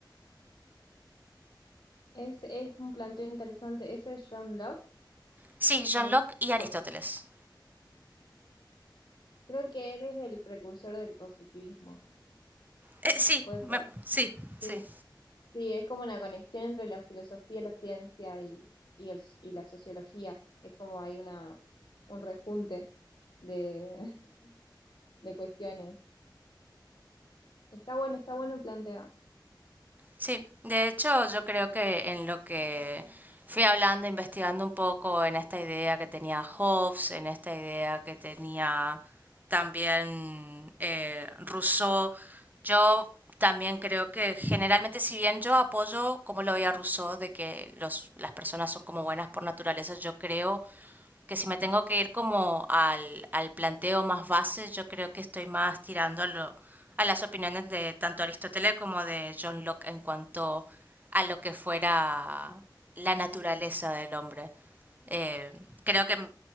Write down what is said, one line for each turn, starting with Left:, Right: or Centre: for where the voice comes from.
Left: Es, es un planteo interesante. Ese John Locke,
Right: Sí, John
Left: es,
Right: Locke y Aristóteles.
Left: po- creo que él es el precursor del positivismo.
Right: Eh, sí,
Left: ¿Puede
Right: me-
Left: ser?
Right: sí, sí.
Left: Sí. Sí, es como una conexión entre la filosofía, la ciencia y, y, el- s- y la sociología. Es como hay una, un rejunte de, <laughs> de cuestiones. Está bueno, está bueno el planteo.
Right: Sí, de hecho yo creo que en lo que fui hablando, investigando un poco en esta idea que tenía Hobbes, en esta idea que tenía también eh, Rousseau, yo también creo que generalmente si bien yo apoyo, como lo veía Rousseau, de que los, las personas son como buenas por naturaleza, yo creo que si me tengo que ir como al, al planteo más base, yo creo que estoy más tirando a, lo- a las opiniones de tanto Aristóteles como de John Locke en cuanto a lo que fuera la naturaleza del hombre. Eh, creo que